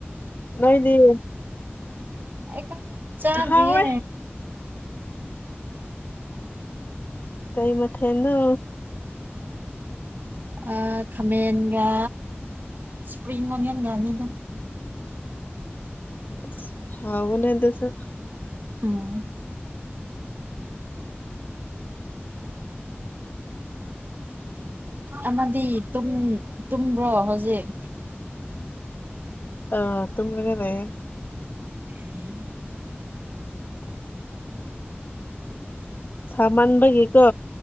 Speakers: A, on the left (about 50°); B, on the right (about 45°).
A: ꯅꯣꯏꯗꯤ
B: ꯑꯩ ꯀꯣꯏꯗꯤ ꯆꯥꯗ꯭ꯔꯤꯌꯦ
A: ꯍꯥꯎꯋꯦ ꯀꯩ ꯃꯊꯦꯟꯅꯣ
B: ꯑꯥ ꯈꯥꯃꯦꯟꯒ ꯏꯁꯄ꯭ꯔꯤꯡ ꯑꯣꯅꯤꯌꯟꯒꯅꯤꯗ
A: ꯑꯁ ꯍꯥꯎꯕꯅꯦꯗꯨꯁꯨ
B: ꯎꯝ ꯑꯃꯗꯤ ꯇꯨꯝꯕ꯭ꯔꯣ ꯍꯧꯖꯤꯛ
A: ꯑꯥ ꯇꯨꯝꯂꯒ ꯂꯩꯌꯦ
B: ꯎꯝ
A: ꯁꯃꯥꯟꯕꯒꯤꯀꯣ